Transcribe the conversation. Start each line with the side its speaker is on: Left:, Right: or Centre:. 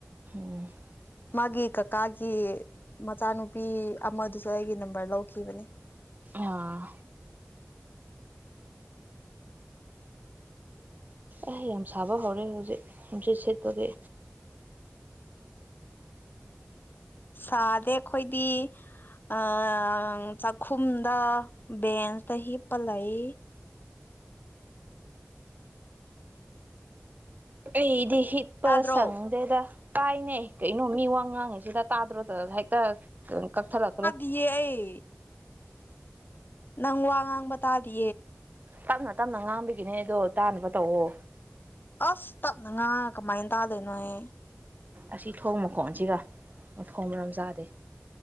Right: ꯎꯝ
Left: ꯃꯥꯒꯤ ꯀꯀꯥꯒꯤ ꯃꯆꯥꯅꯨꯄꯤ ꯑꯃꯗꯨꯁꯨ ꯑꯩꯒꯤ ꯅꯝꯕꯔ ꯂꯧꯈꯤꯕꯅꯦ
Right: ꯑꯥ ꯑꯩ ꯌꯥꯝ ꯁꯥꯕ ꯍꯧꯔꯦ ꯍꯧꯖꯤꯛ ꯅꯨꯡꯁꯤꯠ ꯁꯤꯠꯄꯒꯤ
Left: ꯁꯥꯗꯦ ꯑꯩꯈꯣꯏꯗꯤ ꯑ ꯆꯥꯛꯈꯨꯝꯗ ꯕꯦꯟꯁꯇ ꯍꯤꯞꯄ ꯂꯩ
Right: ꯑꯩꯗꯤ ꯍꯤꯞꯄ
Left: ꯇꯥꯗ꯭ꯔꯣ
Right: ꯁꯪꯗꯦꯗꯥ ꯇꯥꯏꯅꯦ ꯀꯩꯅꯣ ꯃꯤ ꯋꯥ ꯉꯥꯡꯉꯤ ꯁꯤꯗ ꯇꯥꯗ꯭ꯔꯣꯗ ꯍꯦꯛꯇ ꯀꯛꯊꯠꯂꯛꯈ꯭ꯔꯣ
Left: ꯌꯥꯏ ꯅꯪ ꯋꯥ ꯉꯥꯡꯕ ꯇꯥꯗꯦ
Right: ꯇꯞꯅ ꯇꯞꯅ ꯉꯥꯡꯕꯤꯒꯤꯅꯦ ꯑꯗꯣ ꯇꯥꯅꯕ ꯇꯧꯑꯣ
Left: ꯑꯁ ꯇꯞꯅ ꯉꯥ ꯀꯃꯥꯏꯅ ꯇꯥꯗꯣꯏꯅꯣꯏ
Right: ꯑꯁꯤ ꯊꯣꯡ ꯃꯈꯣꯟꯁꯤꯒ ꯊꯣꯡ ꯃꯔꯝ ꯆꯥꯗꯦ